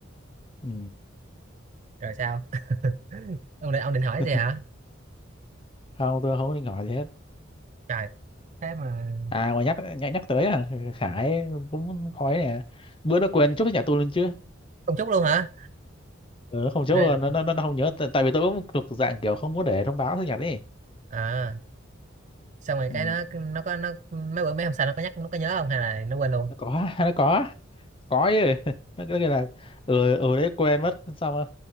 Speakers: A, on the left; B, on the right.
A: ừ
B: rồi sao <laughs> ông định ông định hỏi
A: <laughs>
B: gì hả
A: không tôi không có định hỏi gì hết
B: trời thế mà
A: à mà nhắc nhắc nhắc tới à, Khải cũng khói nè bữa nó quên chúc cái nhà tôi lên chứ
B: không chúc luôn hả
A: ừ, không chốt
B: rồi
A: luôn nó nó nó không nhớ tại, tại vì tôi cũng thuộc dạng kiểu không có để thông báo sinh nhật ấy
B: à xong rồi
A: ừ.
B: cái nó nó có nó mấy bữa mấy hôm sau nó có nhắc nó có nhớ không hay là nó quên luôn
A: nó có <laughs> nó có có chứ <laughs> nó cứ kêu là ừ ừ đấy quên mất xong rồi